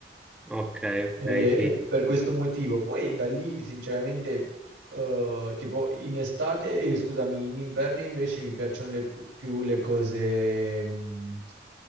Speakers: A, in the centre; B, on the right.
A: ok,
B: E,
A: ok,
B: e
A: sì, sì.
B: per questo motivo, poi da lì sinceramente, eh, tipo in estate, eh, scusami, in inverno invece mi piacciono le- più le cose, mh,